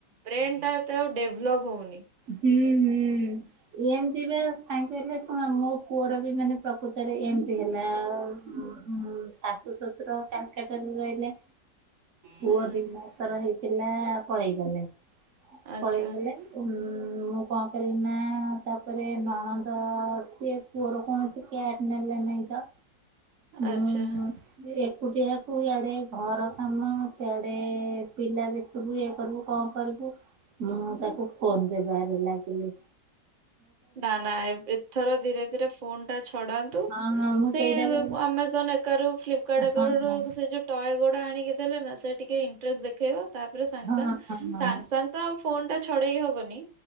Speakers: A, on the right; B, on the right.
A: ବ୍ରେନ ଟା ଏତେ ଆଉ ଡେଭଲପ ହଉନି।
B: ହୁଁ ହୁଁ। ଏମିତି ପା କାହିଁକି ହେଲେ ଶୁଣ। ମୋ ପୁଅର ବି ମାନେ ପ୍ରକୃତରେ ଏମତି ହେଲା ଆ। ହୁଁ। ଶାଶୁ ଶ୍ୱଶୁର କାଲକାଟାରେ ରହିଲେ। ପୁଅ
A: ହୁଁ
B: ଦିନକର ହେଇଥିଲା ପଳେଇ ଗଲେ।
A: ଆଚ୍ଛା
B: ପଳେଇଗଲେ ମୁଁ କଣ କରିବିନା ତାପରେ ନଣନ୍ଦ ସିଏ ପୁଅର କୌଣସି କେୟାର ନେଲେ ନାଇଁ ତ। ମୁଁ
A: ଆଚ୍ଛା
B: ଏକୁଟିଆକୁ ୟାଡେ ଘର କାମ ସେଆଡେ ପିଲା ଦେ ସବୁ ଇଏ କରିବୁ କଣ କରିବୁ। ମୁଁ ତାକୁ ଫୋନ କରିବି ଆରେ ଲାଗିଲେ।
A: ନା ନା ଏଥର ଧୀରେ ଧୀରେ ଫୋନ ଟା ଛଡାନ୍ତୁ
B: ହଁ ହଁ ମୁଁ
A: ସେଇ
B: ସେଇଟା ବା
A: ଆମାଜନ କାରୁ ଫ୍ଲିପକାର୍ଟ
B: ହଁ
A: ଆରୁ
B: ହଁ
A: ସେ ଯୋଉ ଟୟ ଗୁଡା ଆଣିକି ଦେଲେ ନା ସେ ଟିକେ ଇଣ୍ଟରେଷ୍ଟ ଦେଖେଇବ। ତାପରେ ସାଙ୍ଗସାଙ୍ଗ
B: ହଁ ହଁ
A: ସାଙ୍ଗସାଙ୍ଗ ତ ଆଉ ଫୋନ ଟା ଛଡେଇ ହବନି।